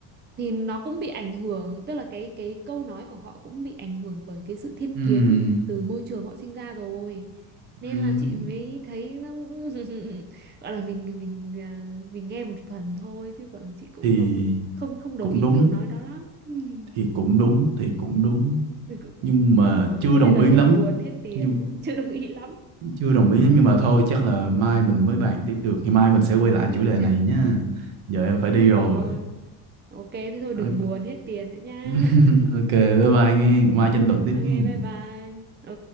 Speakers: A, on the right; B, on the right.
A: thì nó cũng bị ảnh hưởng tức là cái cái câu nói của họ cũng bị ảnh hưởng bởi cái sự thiên
B: Ừm,
A: kiến từ môi trường họ sinh ra rồi nên
B: ừm,
A: là chị mới thấy nó cũng <laughs> gọi là mình mình à, mình nghe một phần thôi chứ còn chị cũng
B: thì
A: không không không đồng
B: cũng
A: ý
B: đúng
A: câu nói đó lắm <laughs>
B: thì cũng đúng thì cũng đúng
A: Mình cũng-
B: nhưng mà
A: ờ,
B: chưa
A: thế
B: đồng
A: bây giờ
B: ý
A: hết
B: lắm
A: buồn hết tiền
B: nhưng
A: nhá. chưa đồng ý lắm
B: chưa đồng ý lắm nhưng mà thôi chắc là mai mình mới bàn tiếp được thì mai mình sẽ quay lại
A: <laughs> Mà
B: chủ đề
A: thế-
B: này nhá giờ em phải đi rồi
A: ờ, ok thế
B: Ok,
A: thôi đừng buồn hết tiền nữa nha
B: <laughs>
A: <laughs>
B: ok, bye bye nghe. Mai tranh luận tiếp
A: ok
B: nghe.
A: bye bye ừ